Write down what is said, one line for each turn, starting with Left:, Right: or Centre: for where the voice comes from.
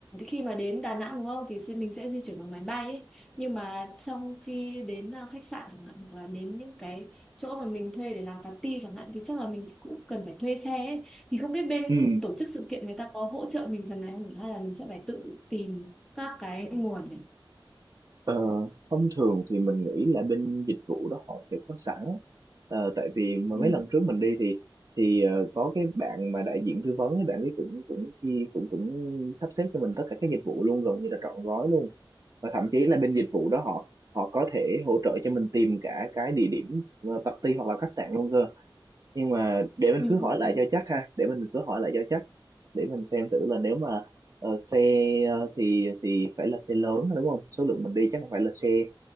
Centre: khi mà đến Đà Nẵng đúng không thì sẽ- mình sẽ di chuyển bằng máy bay ấy nhưng mà trong khi đến à, khách sạn chẳng hạn hoặc là đến những cái chỗ mà mình thuê để làm party chẳng hạn thì chắc là mình cũng cần phải thuê xe ấy. Thì không biết bên
Right: ừ
Centre: tổ chức sự kiện người ta có hỗ trợ mình phần này không nhỉ? hay là mình sẽ phải tự tìm các cái nguồn này.
Right: Ờ, thông thường thì mình nghĩ là bên dịch vụ đó họ sẽ có sẵn Ờ, tại vì mà
Centre: Ừ.
Right: mấy lần trước mình đi thì thì ờ, có cái bạn mà đại diện tư vấn ấy, bạn ấy cũng cũng chi cũng cũng sắp xếp cho mình tất cả các dịch vụ luôn gần như là trọn gói luôn và thậm chí là bên dịch vụ đó họ họ có thể hỗ trợ cho mình tìm cả cái địa điểm ờ, party hoặc là khách sạn luôn cơ nhưng mà để mình
Centre: Ừ,
Right: cứ hỏi
Centre: ừ,
Right: lại
Centre: ừ,
Right: cho chắc ha để mình cứ hỏi lại cho chắc để mình xem thử là nếu mà Ờ, xe ờ, thì thì phải là xe lớn đúng không? Số lượng mình đi chắc không phải là xe